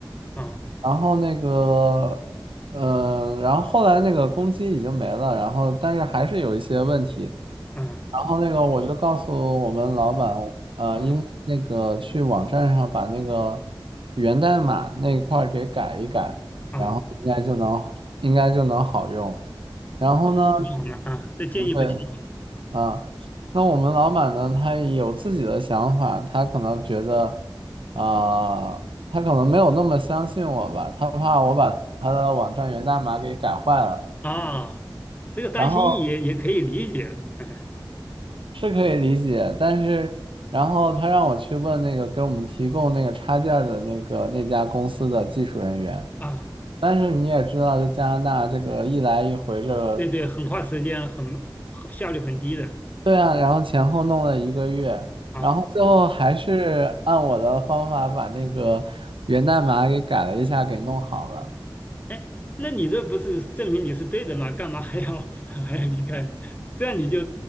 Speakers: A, on the left; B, on the right.
A: 啊
B: 然后那个，呃，然后后来那个攻击已经没了，然后但是还是有一些问题，
A: 啊
B: 然后那个我就告诉我们老板，呃，
A: 啊
B: 应该那个去网站上把那个源代码那一块儿给改一改，
A: 啊，
B: 然后应该就能应该就能好用。然后呢，
A: 这个挺好嘛啊，这建议不挺好吗？
B: 对啊，那我们老板呢，他有自己的想法，他可能觉得啊、他可能没有那么相信我吧，他怕我把他的网站源代码给改坏了。
A: 啊，这个担心也也可以理解，
B: 然后
A: 嗯
B: 是可以理解，但是然后他让我去问那个给我们提供那个插件儿的那个那家公司的技术人员，
A: 啊，
B: 但是你也知道，这加拿大这个一来一回这个
A: 对对，很花时间，很很效率很低的
B: 对啊，然后前后弄了一个月，
A: 啊
B: 然后最后还是按我的方法把那个源代码给改了一下，给弄好了。
A: 哎，那你这不是证明你是对的吗？干嘛还要 <laughs> 还要离开？这样你就